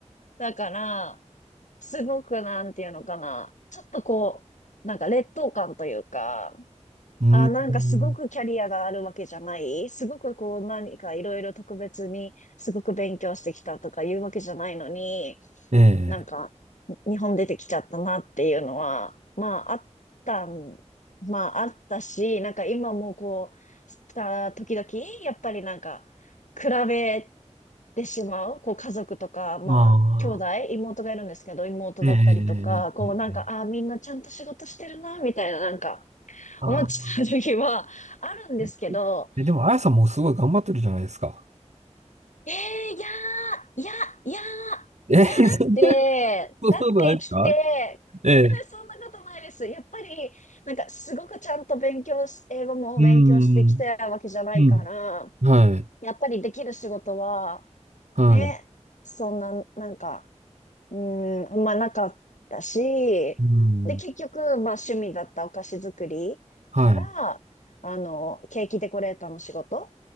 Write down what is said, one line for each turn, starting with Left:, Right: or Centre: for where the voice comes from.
Left: だから、すごくなんていうのかな。ちょっとこう、なんか劣等感というか、
Right: うん、
Left: あ、なんかすごくキャリアがあるわけじゃないすごくこう何かいろいろ特別にすごく勉強してきたとかいうわけじゃないのに、
Right: ええ、
Left: なんか日本出てきちゃったなっていうのは、まああったん、まああったし、なんか今もこう、した時々、やっぱりなんか比べてしまう、こう家族とか、まあ兄弟、
Right: ま
Left: 妹がいるんですけど、妹だったりとか、
Right: あ、ええ、ええ、
Left: こうなんか、
Right: ええ
Left: ああ、みんなちゃんと仕事してるな、みたいななんか、
Right: ああ
Left: 思っちゃう時はあるんですけど、
Right: え、えでも、あやさんもすごい頑張ってるじゃないですか。
Left: えー、いやー、いや、いや
Right: え、
Left: ー、
Right: <laughs>
Left: いや、だって、
Right: そんなことないですか
Left: だって来て、<laughs>
Right: ええ、
Left: 絶対そんなことないです。やっぱり、なんかすごくちゃんと勉強し、英語も勉強してきたわけじゃないから、
Right: うん、うん、はい、
Left: やっぱりできる仕事は、
Right: はい、
Left: ね、そんな、なんか、うーん、あんまなかったし、
Right: うん、
Left: で、結局、まあ趣味だったお菓子作りから、
Right: はい、
Left: あの、ケーキデコレーターの仕事